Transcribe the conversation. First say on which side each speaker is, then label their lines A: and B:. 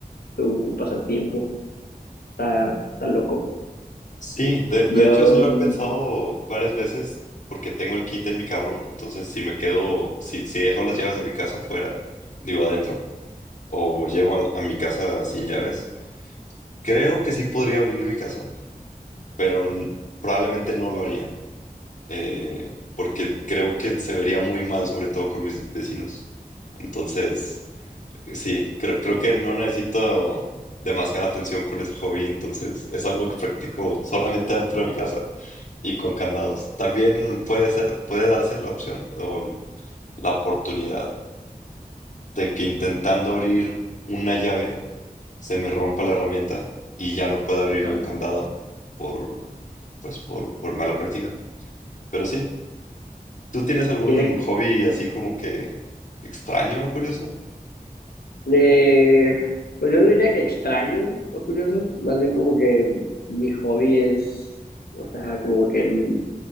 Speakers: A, on the left; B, on the left.
A: tu pasatiempo. Está, está loco.
B: Sí, de, de
A: Yo,
B: hecho sí lo
A: mm,
B: he pensado varias veces porque tengo el kit en mi carro, entonces si me quedo, si, si dejo las llaves de mi casa afuera, digo adentro, o llego al- a, mi casa sin llaves, creo que sí podría abrir mi casa, pero n- probablemente no lo haría. eh, porque creo que se vería muy mal, sobre todo con mis vecinos. Entonces, sí, creo, creo que no necesito demasiada atención con ese hobby, entonces es algo que practico solamente dentro de mi casa y con candados. También puede ser, puede darse la opción o la oportunidad de que intentando abrir una llave se me rompa la herramienta y ya no pueda abrir
A: ah,
B: el candado por, pues, por, por mala práctica. Pero sí. ¿Tú tienes algún
A: y
B: hobby así como que extraño o curioso?
A: eh, pues yo no diría que extraño o curioso, más bien como que mi hobby es, o sea, como que mm,